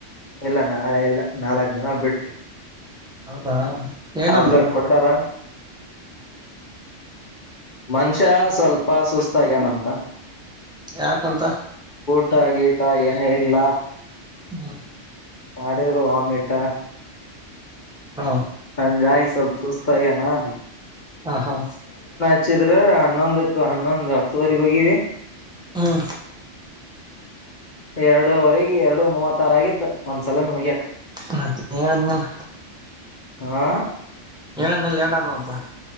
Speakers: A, on the left; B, in the centre.
A: ಇಲ್ಲ ನಾಳೆ ಎಲ್ಲ ನಾಲ್ಕ್ ದಿನ ಬಿಟ್ಟು.
B: ಹೌದಾ ಏನಂದ್ರು
A: ಟಾಬ್ಲೆಟ್ ಕೊಟ್ಟಾರಾ ಮನುಷ್ಯ ಸ್ವಲ್ಪ ಸುಸ್ತಾಗ್ಯನಂತ
B: ಯಾಕಂತ
A: <unintelligible> ಏನ ಇಲ್ಲ
B: ಹ್ಮ
A: ಮಾಡಾಡರು ಒಮೆಟ
B: ಹ
A: ಹಜಾಯ ಸ್ವಲ್ಪ ಸೂಸ್ತಾಯನಾ
B: ಹಾ ಹಾ
A: ಹಚ್ಚಿದ್ರ ಹನ್ನೊಂದಕ್ಕ ಹನ್ನೊಂದು ಹತ್ತುವರೆಗ ಹೋಗಿವಿ
B: ಹ್ಮ
A: ಎರಡೂವರೆಗೆ ಎರಡು ಮೂವತ್ತಾರ ಆಗಿತ್ತು ಒಂದ್ಸಲ <unintelligible>
B: ಮತ್ತ ಅನ್ನಲ್ಲ
A: ಹಾ
B: ಹೇಳನ ಲೇಟ್ಗ್ವಪ